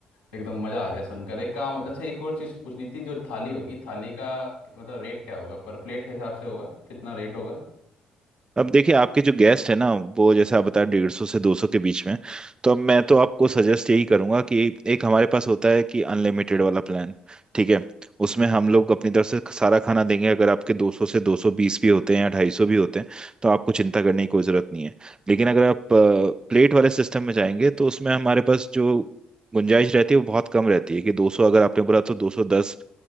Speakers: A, on the left (about 85°); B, on the right (about 25°).
A: एकदम मजा आ गया सुनकर एक काम अच्छा एक और चीज पूछनी थी जो थाली होगी थाली का मतलब रेट क्या होगा पर प्लेट हिसाब से होगा कितना रेट होगा
B: अब देखिए आपके जो गेस्ट है ना वो जैसे आप बता डेढ़ सौ से दो सौ के बीच में तो अब मैं तो आपको सजेस्ट यही करूंगा कि एक हमारे पास होता है कि अनलिमिटेड वाला प्लान ठीक है उसमें हम लोग अपनी तरफ से सारा खाना देंगे अगर आपके दो सौ से दो सौ बीस भी होते हैं या ढाई सौ भी होते हैं तो आपको चिंता करने की कोई जरूरत नहीं है लेकिन अगर आप प्लेट वाले सिस्टम में जाएंगे तो उसमें हमारे पास जो गुंजाइश रहती है वो बहुत कम रहती है कि 200 अगर आपने बोला तो 210